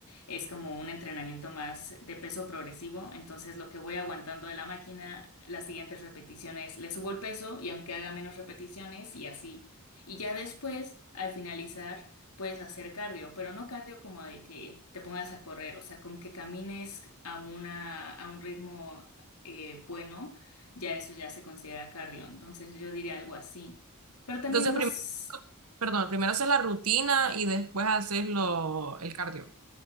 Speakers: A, on the left; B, on the right.
A: es como un entrenamiento más de peso progresivo, entonces lo que voy aguantando de la máquina, las siguientes repeticiones le subo el peso y aunque haga menos repeticiones y así. Y ya después, al finalizar, puedes hacer cardio, pero no cardio como de que te pongas a correr, o sea, con que camines a una, a un ritmo eh, bueno, ya eso ya se considera cardio, entonces yo diría algo así. Pero también
B: Entonces,
A: no,
B: primero,
A: s-
B: perdón, primero haces la rutina y después haces lo, el cardio.